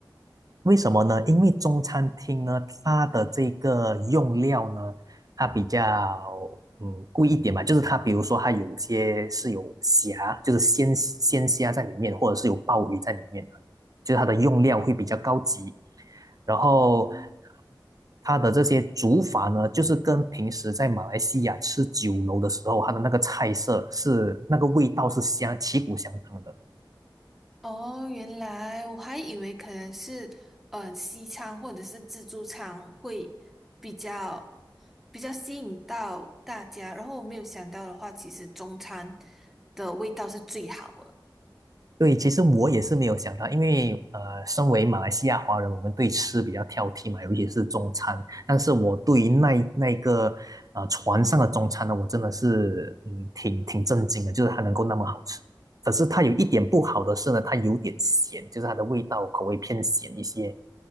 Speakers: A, on the right; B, in the centre.
A: 为什么呢？因为中餐厅呢，它的这个用料呢，它比较嗯贵一点嘛，就是它比如说它有些是有虾，就是鲜鲜虾在里面，或者是有鲍鱼在里面的，就是它的用料会比较高级。然后
B: 哦，
A: 它的这些煮法呢，就是跟平时在马来西亚吃酒楼的时候，它的那个菜色是那个味道是相旗鼓相当的。
B: 哦，原来我还以为可能是，嗯、呃西餐或者是自助餐会比较比较吸引到大家，然后我没有想到的话，其实中餐的味道是最好的。
A: 对，其实我也是没有想到，因为呃，身为马来西亚华人，我们对吃比较挑剔嘛，尤其是中餐。但是我对于那那个呃船上的中餐呢，我真的是嗯挺挺震惊的，就是它能够那么好吃。可是它有一点不好的是呢，它有点咸，就是它的味道口味偏咸一些。